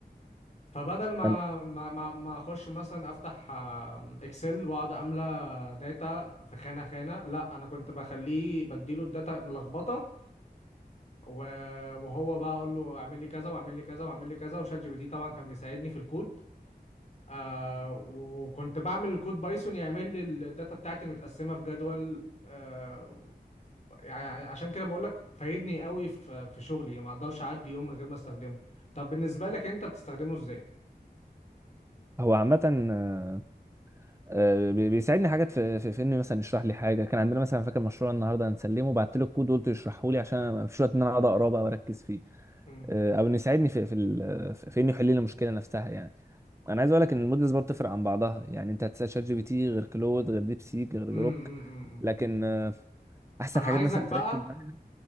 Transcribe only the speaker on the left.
فبدل ما
ما ما ما أخش مثلا أفتح آه، إكسل وأقعد أملى داتا في خانة خانة لا أنا كنت بخليه بديله الداتا ملخبطة و- وهو بقى أقول له أعمل لي كذا وأعمل لي كذا وأعمل لي كذا وشات جي بي تي طبعا كان بيساعدني في الكود آه وكنت بعمل الكود بايثون يعمل لي الداتا بتاعتي متقسمة في جدول آه يعني عشان كده بقول لك فايدني قوي في في شغلي ما اقدرش اعدي يوم من غير ما استخدمه طب بالنسبة لك انت بتستخدمه ازاي
مم.
امم
أمم.
انا
عايزك
بقى